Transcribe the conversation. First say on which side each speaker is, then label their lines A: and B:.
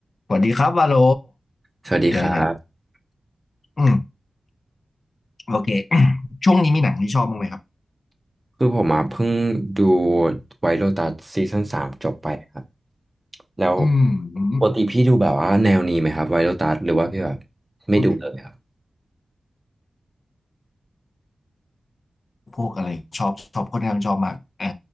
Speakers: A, on the left; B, on the right.
A: สวัสดีครับวาโล
B: สวัสดีครับ
A: เดี๋ยวน่อืมโอเค <clears throat> ช่วงนี้มีหนังที่ชอบบ้างไหมครับ
B: คือผมอ่ะเพิ่งดูไวท์โ o ตัสซีซั่นสามจบไปครับแล้ว
A: อืม
B: ปกติพี่ดูแบบว่าแนวนี้ไหมครับไวท์โ o ตัสหรือว่าพี่แบบไม่ดูเลยครับ
A: พูดพวกอะไรชอบชอบค่อนข้างชอบมากอ่า